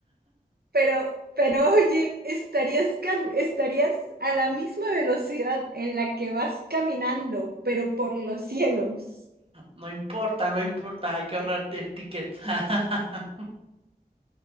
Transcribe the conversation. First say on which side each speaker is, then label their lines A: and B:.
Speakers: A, on the right (about 70°); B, on the right (about 35°).
A: Pero, pero oye, estarías, cam- estarías a la misma velocidad en la que vas caminando, pero por los cielos.
B: No importa, no importa, hay que ahorrar en tickets. <laughs>